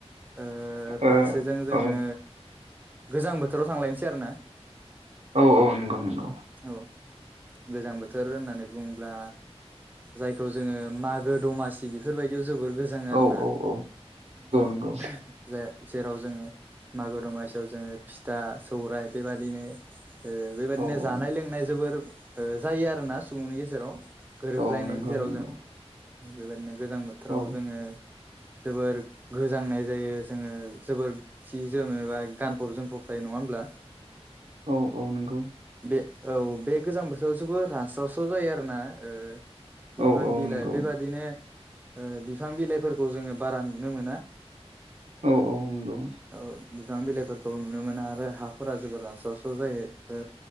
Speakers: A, on the right; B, on the right.
A: ओ
B: ओ
A: फरसेजों जोङो
B: औ
A: गोजां बोथोराव थांलायनोसै आरो ना।
B: औ औ नंगौ नंगौ।
A: औ गोजां बोथोर होननानै बुंङोब्ला जायखौ जोङो मागो दमासि बेफोरबायदियाव जोबोर गोजो गोजां ओ आरोना
B: औ औ औ नंगौ
A: औ।
B: नंगौ
A: जा जेराव जोङो मागो दमासियाव जोङो फिथा सौराय बेबादिनो ओ बेबायादिनो
B: औ
A: जानाय लोंनाय जोबोर जायो ओ आरोना सुबुंनि गेजेराव। गोरोबलायनाय
B: औ औ नंगौ
A: जेराव
B: नंगौ
A: जों बेबायदिनो गोजां बोथोराव
B: औ
A: जोङो जोबोर गोजांनाय जायो जोङो जोबोर सिजोम एबा गानफब जोमफब थायो नङा होमब्ला।
B: औ औ नंगौ
A: बे औ बे गोजां बो थोराव जोबोर रानस्राव स्राव जायो आरोना ओ बिफां
B: औ औ
A: बिलाइ
B: नंगौ
A: बेबादिनो ओ बिफां बिलाइफोरखौ जोंङो बारा नुनो मोना
B: औ औ नंगौ
A: औ बिफां बिलाइफोरखौ नुनो मोना आरो हाफोरा जोबोर रामस्राव स्राव जायो। ओ